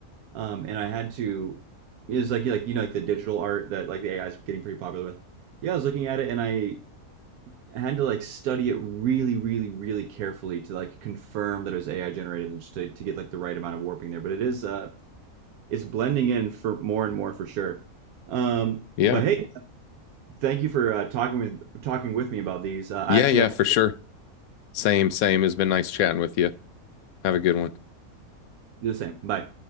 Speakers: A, on the right (about 80°); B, on the left (about 75°).
A: Um, and I had to, it was like, like, you know, like the digital art that like the AI is getting pretty popular with. Yeah, I was looking at it and I had to like study it really, really, really carefully to like confirm that it was AI generated and just to, to get like the right amount of warping there. But it is, uh, it's blending in for more and more for sure. Um,
B: Yeah.
A: but hey, thank you for uh, talking with talking with me about these. Uh,
B: Yeah,
A: I actually
B: yeah,
A: have
B: for
A: to
B: sure. Same, same. It's been nice chatting with you. Have a good one.
A: do the same. Bye.